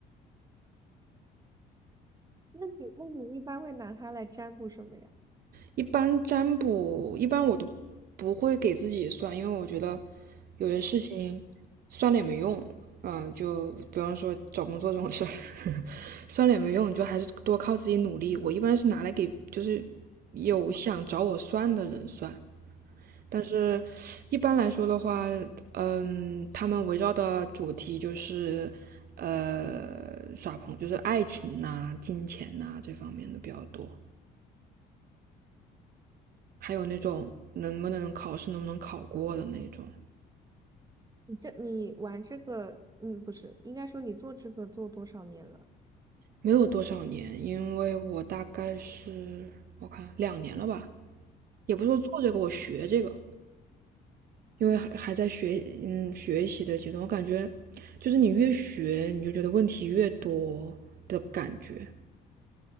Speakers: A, on the right; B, on the right.
A: 那你那你一般会拿它来占卜什么呀？
B: 一般占卜，一般我都不会给自己算，因为我觉得有些事情算了也没用。嗯，就比方说找工作这种事儿，<laughs> 算了也没用，你就还是多靠自己努力。我一般是拿来给就是有想找我算的人算，但是一般来说的话，嗯，他们围绕的主题就是呃耍朋，就是爱情呐、金钱呐、这方面的比较多。还有那种能不能考试能不能考过的那种。
A: 你这你玩这个，嗯，不是，应该说你做这个做多少年了？
B: 没有多少年，因为我大概是我看两年了吧，也不是说做这个，我学这个，因为还还在学嗯学习的阶段，我感觉就是你越学，你就觉得问题越多的感觉，